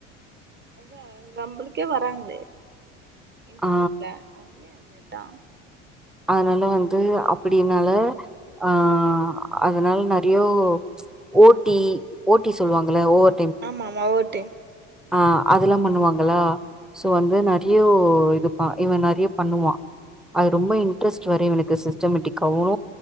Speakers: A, on the right; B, in the centre.
A: எத நம்புளுக்கே வராங்ளே இன்ஸ்ட்யுட்ல
B: ஆ
A: அவுங்களே அந்த இதா
B: அதனால வந்து அப்பிடினால ஆ அதனால நெறையோ ஓட்டி ஓட்டி சொல்வாங்கள ஓவர்
A: ஆமா ஆமா ஓவர் டைம்
B: அ அதெல்லா பண்ணுவாங்களா சோ வந்து நெறையோ இதுப்பா இவ நெறைய பண்ணுவா அது ரொம்ப இன்ட்ரஸ்ட் வேற இவுனுக்கு சிஸ் டமேட்டிக்காவு